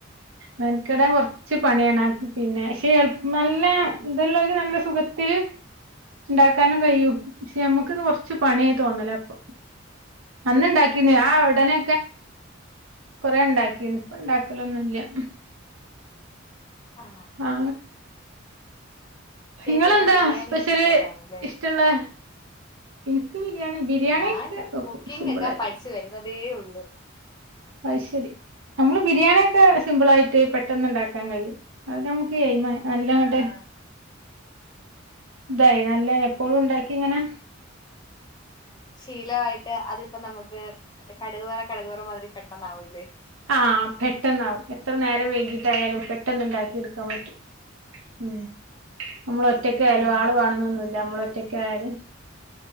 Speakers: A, on the right; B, on the left.
A: മെനകെടാൻ കൊറ ച്ച് പണിയാണ് പിന്നെ ക്ഷെ നല്ല ഇത് ല്ലോൽക്ക് നല്ല സുഖത്തില് ഇണ്ടാക്കാനും കഴിയും പക്ഷെ നമ്മക്ക് ഇത് കൊറച്ച് പണിയായി തോന്നല പ്പൊ അന്ന് ഉണ്ടാക്കിന്നേ ആ ഉടനെ കൊറെ ഇണ്ടാക്കിനിപ്പ ഇണ്ടാക്കലൊന്നുമില്ല
B: ആ
A: മാ നിങ്ങളെന്താ
B: ചേച്ചി അപ്പൊ ബിരിയാണി
A: സ്പെഷ്യല്
B: എക്സ്പേർട്ട് ആണല്ലേ
A: ഇഷ്ടാ ഉള്ളെ എനിക്ക് ബിരിയാണി ബിരിയാണി
B: ഞാൻ
A: ഒക്കെ വെക്കും
B: കുക്കിംഗ്
A: സിമ്പിളായിട്ട്
B: ഒക്കെ പഠിച്ചു വരുന്നതേ ഉള്ളൂ
A: അത് ശരി നമ്മള് ബിരിയാണിയൊക്കെ സിമ്പിളായിട്ട് പെട്ട ട്ടന്ന് ഉണ്ടാക്കാൻ കഴിയും അത് നമുക്ക് എയിമ് നല്ല അങ്ങട്ട്
B: ആ
A: ഇതായി നല്ല എപ്പോഴും ഉണ്ടാക്കി ഇങ്ങനെ
B: ശീലവായിട്ട് അതിപ്പോ നമുക്ക് മറ്റേ കടക് വറ കടകു വറ മാതിരി പെട്ടന്ന് ആവൂവല്ലേ
A: ആഹ് പെട്ടെന്നാവും എത്ര നേരം വൈകിട്ടായാലും പെട്ടെന്നുണ്ടാക്കി എടുക്കാൻ പറ്റു <unintelligible> നമ്മൾ ഒറ്റക്കായാലും
B: ആഹ്
A: ആള് വേണോന്നോനുവില്ല നമ്മള് ഒറ്റക്കായാലും